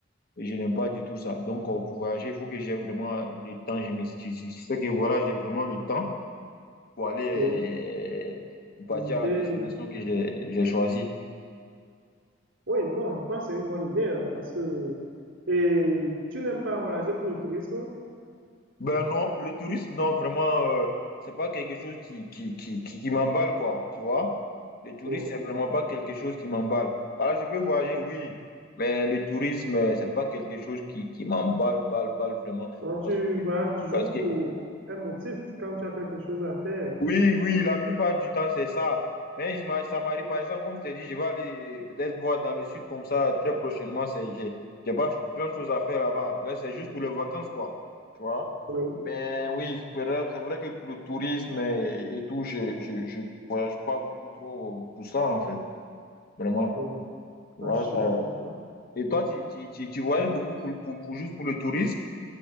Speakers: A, on the left (about 50°); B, on the right (about 80°).
A: Je n'aime pas du tout ça. Donc, euh, pour voyager, il faut que j'ai vraiment le temps. Je me je- je sais que voilà, j'ai vraiment le temps pour aller,
B: oui.
A: euh, pour partir
B: Visiter.
A: à la destination que j'ai j'ai choisie.
B: Oui, bon, je pense que c'est une bonne idée hein, parce que et tu n'aimes pas voyager pour le tourisme?
A: Ben non, le tourisme, non, vraiment, euh, c'est pas quelque chose qui, qui, qui, qui, qui m'emballe, quoi. Tu vois? Le tourisme,
B: Oui.
A: c'est vraiment pas quelque chose qui m'emballe. Voilà, je peux voyager, oui, mais le tourisme, euh, c'est pas quelque chose qui, qui m'emballe, balle, balle, vraiment.
B: Donc
A: Parce
B: tu
A: que,
B: voyages toujours
A: parce que
B: pour un motif quand tu as quelque chose à faire.
A: Oui, oui, la plupart du temps, c'est ça. Mais il m'a- ça m'arrive, par exemple, comme je t'ai dit, je vais aller euh, peut-être voir dans le sud comme ça très prochainement. C'est, j'ai, j'ai pas plein de choses à faire là-bas. Mais c'est juste pour les vacances, quoi. Tu vois?
B: Oui,
A: Mais oui, c'est vrai c'est vrai que pour le tourisme et, et tout, je, je, je voyage pas beaucoup trop pour ça, en fait. Vraiment.
B: oui.
A: Tu
B: Ah,
A: vois,
B: je
A: ça...
B: te comprends.
A: Et toi, tu, tu, tu, tu voyages beaucoup pour, pour, pour- juste pour le tourisme?